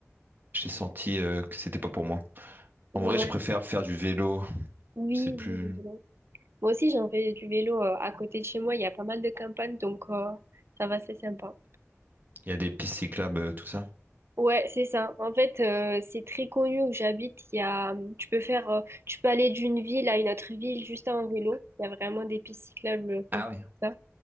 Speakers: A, on the right; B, on the right.
A: j'ai senti euh, que c'était pas pour moi.
B: Ouais.
A: En vrai, je préfère faire du vélo.
B: Oui,
A: C'est plus...
B: oui, oui, oui. Moi aussi j'en fais du vélo euh, à côté de chez moi, il y a pas mal de campagnes donc euh, ça va, c'est sympa.
A: Il y a des pistes cyclables, euh, tout ça.
B: Ouais, c'est ça. En fait, euh, c'est très connu où j'habite. Il y a, hum, tu peux faire, euh, tu peux aller d'une ville à une autre ville juste en vélo. Il y a vraiment des pistes cyclables. euh, comme
A: Ah oui.
B: ça.